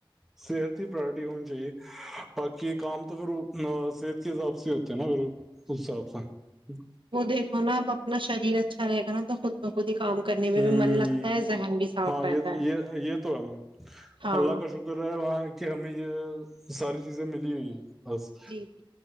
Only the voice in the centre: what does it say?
صحت کی پراورٹی ہونی چاہیے باقی یہ کام تو پھر ا <unintelligible> صحت کی حساب سے ہو تو میںگرص <unintelligible>
ہوں
ہاں
یہ
یہ یہ تو ہے
اللہ کا شکر ہے وہاں کہ ہمیں یہ ساری چیزیں ملی ہوئی ہیں بس